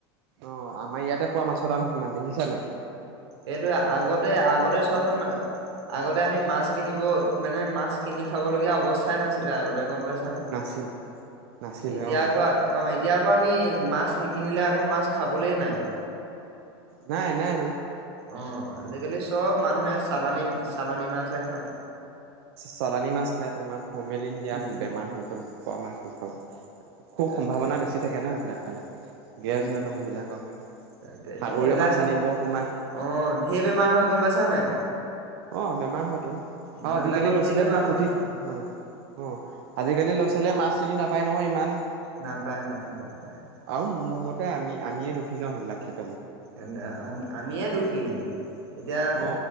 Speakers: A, on the right; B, on the right.
A: অ', আমাৰ ইয়াত এপোৱা মাছৰ দাম সিমান দেখিছা নাই।
B: এইটোৱে আগতে, আগতে চোৱাচোন আগতে আমি মাছ কিনিব মানে মাছ কিনি খাবলগীয়া অৱস্থা। নাছিলে আগতে গম পাইছ নাই,
A: নাছিলে নাছিলে
B: এতিয়া
A: অ
B: আকৌ অ'এতিয়া আকৌ আমি মাছ নিকিনিলে আকৌ মাছ খাবলৈ নাই।
A: নাই নাই ত।
B: অ' আজিকালি চব মানুহে চালানী, চালানী মাছহে খায়।
A: চলানী মাছ খাই তোমাৰ, হমমেড দিয়া
B: উম।
A: বেমাৰ হৈ গ'ল। পোৱা মাছতো খাব। খুব
B: তাকে,
A: সম্ভাৱনা
B: তাকে,
A: বেছি থাকে ন এইবিলাক খালে গেছ
B: উম
A: হয় মানুহবিলাকৰ
B: তাকে
A: সাগৰীয়
B: এ এইবিলাক
A: মাছ আনিব তোমাৰ
B: অ', ঢেৰ বেমাৰ হয় গম পাইছা নাই।
A: অ'বেমাৰ হয়তো, আৰু
B: মানুহ
A: আজিকালি
B: বিলাকৰ
A: ল'ৰা
B: ঢেৰ
A: ছোৱালীয়ে
B: বেমাৰ
A: তোমাৰ
B: হয়,
A: পুথি, অ', অ' আজিকালি ল'ৰা ছোৱালীয়ে মাছ চিনি নাপায়। পায় নহয় ইমান।
B: নাপায়, নাপায়, নাপায়।
A: আৰু মোৰ আমি, আমিয়ে দুখি ন সেইিলাক ক্ষেত্রত।
B: এ আমি, আমিয়ে দোষী। এতিয়া,
A: অ